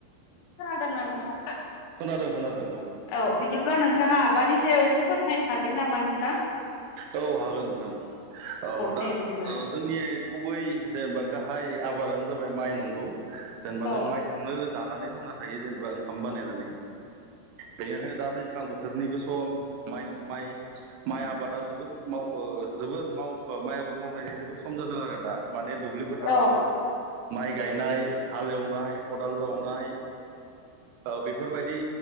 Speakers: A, on the left; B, on the right.
A: खोनादोंना नोंथाङा?
B: खोनादों खोनादों
A: औ बिदिब्ला नोंथाङा? माबानि सायाव एसे फोरमायनो हागोन नामा नोंथां?
B: औ हागोन नोंथां। औ दा
A: दे बिदिब्ला।
B: औ जोंनि गुबै जेनेबा गाहाय आबाद आबादानो जाबाय माइ नंगौ। जेनेबा
A: औ
B: जों माइखौनो जानानै थांना थायो जेनेबा ओंखाम बानायनानै बेनिखायनो दा दैज्लां बोथोरनिबो समाइ माइ माइ आबादा जोबोर माव ओ जोबोर ओ माव माइ आबाद मावनायनि जोबोर सम जादों आरो दा माने दुब्लि फोथाराव
A: औ
B: दा माइ गायनाय हाल एवनाय खदाल जावनाय ओ बेफोरबायदि